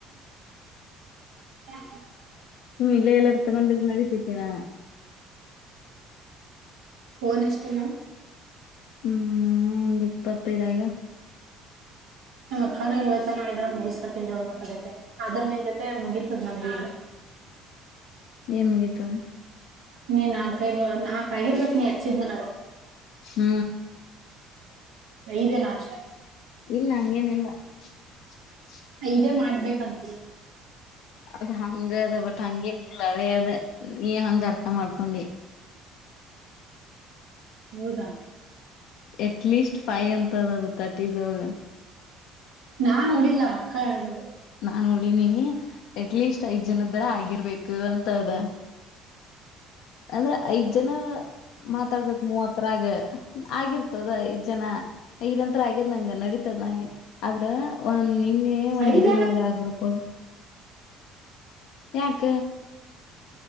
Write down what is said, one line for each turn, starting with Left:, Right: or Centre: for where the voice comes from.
Right: ಹ
Left: ಸುಮ್ಮಿಲೆ ಎಲ್ಲರು ತಗೊಂಡಿದ್ ನಡತಿದ್ದೇನಾ
Right: ಓನ್ ಇಷ್ಟಯ
Left: ಹ್ಮ ಒಂದ್ ಇಪ್ಪತ್ತೈದಾಗ
Right: ನಮ್ಮ್ ಅಕ್ಕಾನ ಇವತ್ತನ ಇದ್ರ ಮುಗಸಕನ್ ಜೋಳ ಮಾತಾಡತೆ ಆದ್ರ ನಿನ್ ಜೊತೆ ಮುಗೀತದ ನಮ್ಗೆಗ
Left: ಏನ್ ಮುಗೀತು
Right: ನೀ ನಾಲ್ಕೈದು ನಾಲ್ಕ್ ಆಗಿರ್ಬೇಕಕ್ ನೀ ಹಚ್ಚಿದ್ ಮನ
Left: ಹ್ಮ್
Right: ಇದೇ ನ ಅಷ್ಟ
Left: ಇಲ್ಲ ಹಂಗೇನಿಲ್ಲ <inaudible>
Right: ಇದೇ ಮಾಡ್ಬೇಕಂತ ಹೇಳಿಿ
Left: ಅದ್ ಹಂಗ ಅದ ಬಟ್ ಹಂಗೇನ ಒಳೆಯದು ನೀ ಹ ಅರ್ಥ ಮಾಡ್ಕೊಂಡಿ
Right: ಹೌದಾ
Left: ಎ ಅಟ್ ಲೀಸ್ಟ್ ಫೈ್ ಅಂತದ ಅದು ತರ್ಟೀಸ್ ಒಳಗೆ
Right: ನಾನ್ ನೋಡಿಲ್ಲ ಅಕ್ಕ ಹೇಳಿದರು
Left: ನಾ ನೋಡಿನಿ ಎಟ್ಲೀಸ್ಟ್ ಐದ್ ಜನದ ದರ ಆಗಿರ್ಬೇಕು ಅಂತ ಅದ ಅಂದ್ರೆ ಐದ್ ಜನ ಮಾತಾಡ್ಬೇಕಕ್ ಮೂವತ್ರರಾಗ ಆಗಿರ್ತದ ಇದ್ ಜನ ಇದಂತ್ರ ಆಗ್ಯದ್ ನಂಗ ನಡೀತದ ನ ಆದ್ರ ಒ ನಿನ್
Right: ಹಯದು
Left: ಇದು ನೋಡ್ದ ಆ ಗ್ರೂಪಲ್ ಯಕ